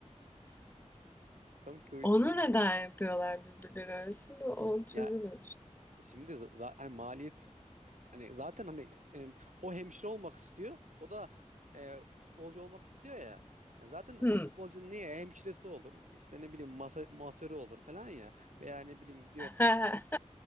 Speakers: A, on the right; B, on the left.
A: Tam kıvıydı
B: Onu
A: diye.
B: neden yapıyorlar birbirleri arasında? O çözülür.
A: Ya şimdi za- za- hani maliyet Hani zaten hani e, o hemşire olmak istiyor. O da e, futbolcu olmak istiyor ya. Yani zaten
B: Hmm.
A: futbolcunun niye hemşiresi olur? İşte ne bileyim masa, masörü olur falan ya. Veya ne bileyim gidiyor.
B: <laughs>
A: e,